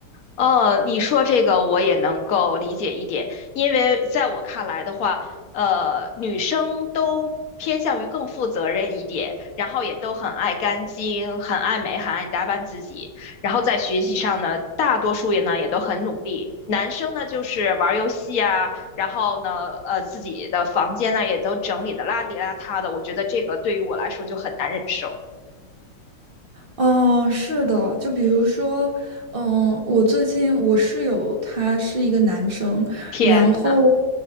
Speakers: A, on the left; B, on the right.
A: 呃，你说这个我也能够理解一点，因为在我看来的话，呃，女生都偏向于更负责任一点，然后也都很爱干净，很爱美，很爱打扮自己，然后在学习上呢，大多数也呢也都很努力。男生呢就是玩儿游戏啊，然后呢，呃，自己的房间呢也都整理的邋里邋遢的，我觉得这个对于我来说就很难忍受。
B: 哦，是的，就比如说，嗯，我最近我室友他是一个男生，
A: 天呐，
B: 然后，